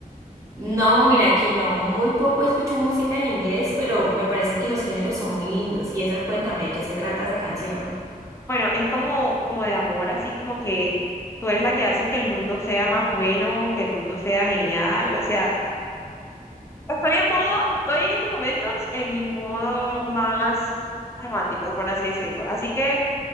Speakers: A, on the right; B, on the left.
A: No, mira que no, muy poco escucho música en inglés, pero me parece que los géneros son muy lindos. Y esa, cuéntame, ¿de qué se trata esa canción?
B: Bueno, es como, como de amor, así como que tú eres la que haces que el mundo sea más bueno, que el mundo sea genial. O sea, estoy en modo, estoy en estos momentos en mi modo más romántico, por así decirlo. Así que